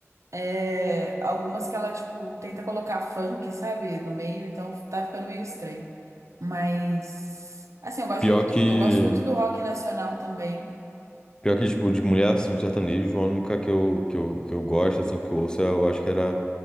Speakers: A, on the right (about 85°); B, on the left (about 15°).
A: É, algumas que ela, tipo, tenta colocar funk, sabe, no meio, então tá ficando meio estranho. Mas, assim, eu gosto
B: Pior
A: de ouvir tudo.
B: que.
A: Eu gosto muito do rock nacional também.
B: Pior que, tipo, de mulher, assim, no sertanejo, a única que eu, que eu, que eu gosto, assim, que eu ouço, eu acho que era